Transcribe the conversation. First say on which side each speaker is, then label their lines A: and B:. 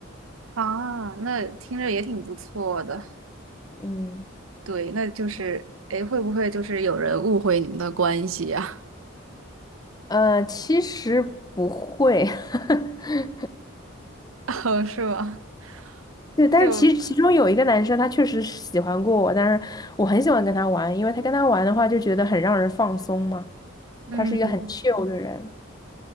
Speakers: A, on the right; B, on the left.
A: 啊，那听着也挺不错的。
B: 嗯。
A: 对，那就是，诶，会不会就是有人误会你们的关系呀、
B: 呃，其实不会，<laughs>
A: <laughs> 哦，是吗？<laughs>
B: 对，但是其实其中有一个男生，
A: 就，
B: 他确实是喜欢过我，但是我很喜欢跟他玩，因为他跟他玩的话就觉得很让人放松嘛。
A: 嗯，
B: 他是一个很 chill 的人，